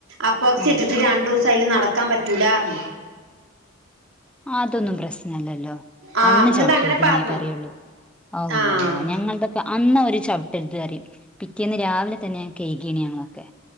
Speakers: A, on the right; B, in the centre.
A: അപ്പോക്സി
B: ആഹ്
A: ഇട്ടിട്ട് രണ്ടുസയ്ല് നടക്കാൻ പറ്റൂലാ ർഞ്ഞു
B: അതൊന്നും പ്രശ്നല്ലല്ലോ
A: ആഹ്
B: അന്ന്
A: എന്നിട്ട്
B: ചവ്ട്ടര്ത്
A: അങ്ങനെ പറഞ്ഞു
B: ന്നെ പറയൊള്ളു അള്ളാ
A: ആഹ്
B: ഞങ്ങൾതൊക്കെ അന്നൊര് ചൗ <unintelligible> പറയും പിറ്റേന്ന് രാവിലെ തന്നെ കഴകിയാണ് ഞങ്ങളൊക്കെ